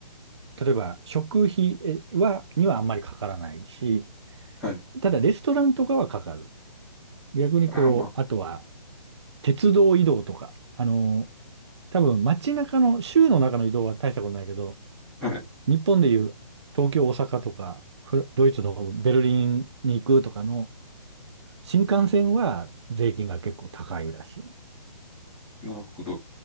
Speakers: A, on the right (about 45°); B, in the centre.
A: 例えば、食費えは、にはあんまりかからないし、
B: はい。
A: ただ、レストランとかはかかる。逆にこう、
B: ああ、ま
A: あとは、鉄道移動とか、あの、多分街中の、州の中の移動は大したことないけど、
B: あ、はい。
A: 日本でいう東京、大阪とか、フラドイツのベルリンに行くとかの新幹線は税金が結構高いらしい。
B: なるほど。